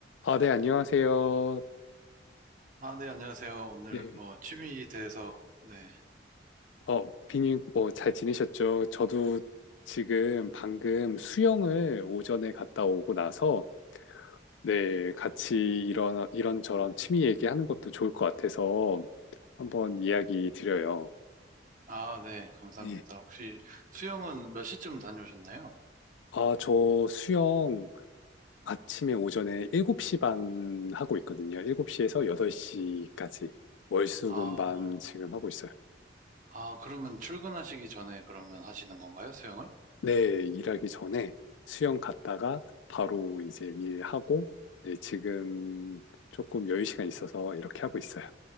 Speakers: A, on the left (about 85°); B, on the right (about 45°).
A: 아, 네, 안녕하세요.
B: 아, 네, 안녕하세요. 오늘
A: 네.
B: 뭐 취미에 대해서, 네.
A: 어, 비님, 뭐, 잘 지내셨죠? 저도 지금 방금 수영을 오전에 갔다 오고 나서, 네, 같이 이런, 이런저런 취미 얘기하는 것도 좋을 것 같아서 한번 이야기 드려요.
B: 아, 네, 감사합니다.
A: 네.
B: 혹시 수영은 몇 시쯤 다녀오셨나요?
A: 아, 저 수영 아침에 오전에 7시 반 하고 있거든요. 7시에서 8시까지. 월수금
B: 아,
A: 반 지금 하고 있어요.
B: 아, 그러면 출근하시기 전에 그러면 하시는 건가요, 수영을?
A: 네, 일하기 전에 수영 갔다가 바로 이제 일하고, 네, 지금 조금 여유 시간 있어서 이렇게 하고 있어요.